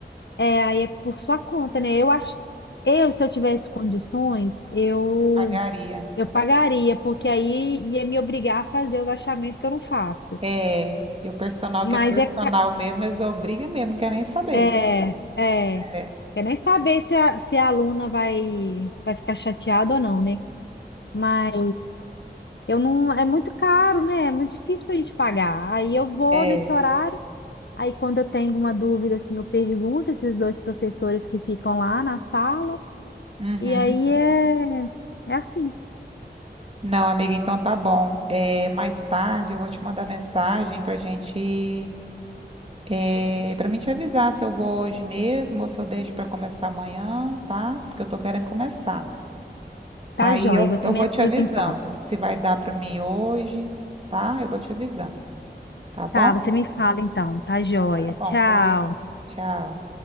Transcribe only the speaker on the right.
Eu pagaria.
É, e o personal que
é personal
mesmo, eles obrigam mesmo, não quer nem saber.
É.
É.
Uhum.
Não, amiga, então tá bom. É, mais tarde eu vou te mandar mensagem pra gente, é, pra mim te avisar se eu vou hoje mesmo ou se eu deixo pra começar amanhã, tá? Porque eu tô querendo começar.
Aí
eu,
eu
vou
te avisando
se vai dar pra mim hoje, tá? Eu vou te avisando, tá bom?
Então Tá bom,
beijo. Tchau.